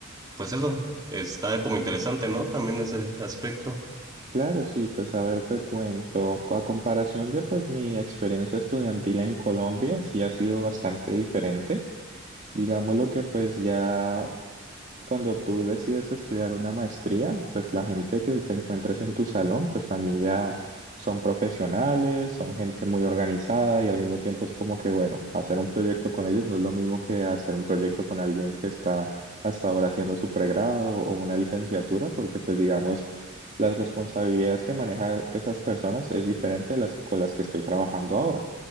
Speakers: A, on the right; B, on the right.
A: pues eso, está como interesante, ¿no? También ese aspecto.
B: Claro, sí, pues a ver, te cuento, co- a comparación de pues mi experiencia estudiantil en Colombia, sí ha sido bastante diferente. Digámoslo que pues ya cuando tú decides estudiar una maestría, pues la gente que te encuentres en tu salón, pues también ya son profesionales, son gente muy organizada y al mismo tiempo es como que, bueno, hacer un proyecto con ellos no es lo mismo que hacer un proyecto con alguien que está hasta ahora haciendo su pregrado o una licenciatura, porque pues digamos, las responsabilidades que manejan esas personas es diferente a las con las que estoy trabajando ahora.